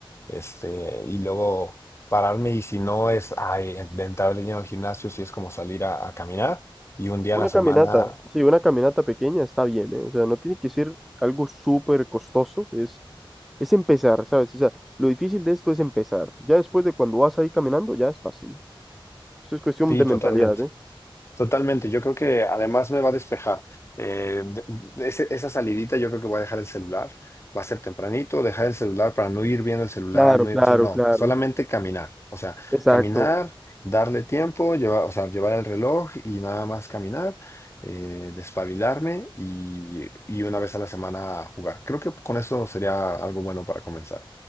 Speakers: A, on the left; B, in the centre.
A: Este, y luego pararme y si no es ay, de entrar de lleno al gimnasio, si es como salir a, a caminar y un día
B: Una
A: a la semana,
B: caminata, sí, una caminata pequeña está bien, ¿eh? O sea, no tiene que ser algo súper costoso, es... Es empezar, ¿sabes? O sea, lo difícil de esto es empezar. Ya después de cuando vas ahí caminando, ya es fácil. Eso es cuestión
A: sí,
B: de
A: totalmente.
B: mentalidad, ¿eh?
A: Totalmente, yo creo que además me va a despejar. Eh, de- de ese- esa salidita yo creo que voy a dejar el celular, va a ser tempranito, dejar el celular para no ir viendo el celular,
B: Claro,
A: no
B: claro,
A: ir haciendo, no,
B: claro.
A: solamente caminar, o sea,
B: Exacto.
A: caminar, darle tiempo, llevar, o sea, llevar el reloj y nada más caminar, eh, despabilarme y, y una vez a la semana jugar. Creo que con eso sería algo bueno para comenzar.